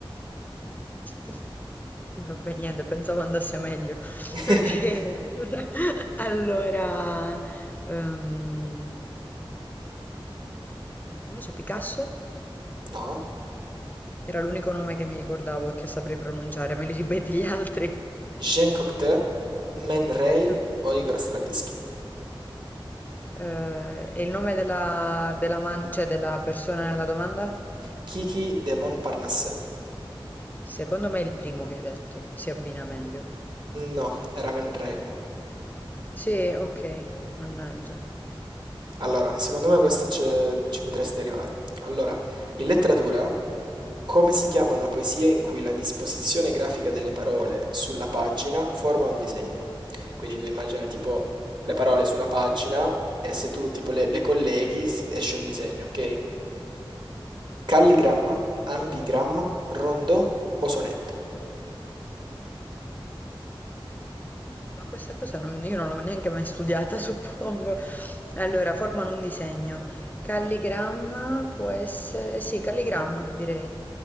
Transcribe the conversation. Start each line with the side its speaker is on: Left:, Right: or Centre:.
Left: Sì, Vabbè, niente, pensavo andasse meglio. <laughs>
Right: <laughs>
Left: Ok, <laughs> allora, ehm, non lo so, Picasso
Right: No.
Left: era l'unico nome che mi ricordavo e che saprei pronunciare, me li ripeti gli altri?
Right: Jean Cocteau, Man Ray
Left: No.
Right: o Igor Stravinsky?
Left: Eh, e il nome della, della man- cioè della persona nella domanda?
Right: Kiki de Montparnasse.
Left: Secondo me è il primo che hai detto, si abbina meglio.
Right: No, era Man Ray.
Left: Sì, ok, mannaggia.
Right: Allora, secondo me questo ce- ci potresti arrivare. Allora, in letteratura, come si chiama una poesia in cui la disposizione grafica delle parole sulla pagina forma un disegno? Quindi tu immagina tipo le parole su una pagina e se tu tipo le, le colleghi si- esce un disegno, ok? Calligramma, ambigramma, rondò o sonetto?
Left: Ma questa cosa non- io non l'ho neanche mai studiata, <laughs> suppongo. Allora, formano un disegno. Calligramma può essere... Sì, calligramma, direi.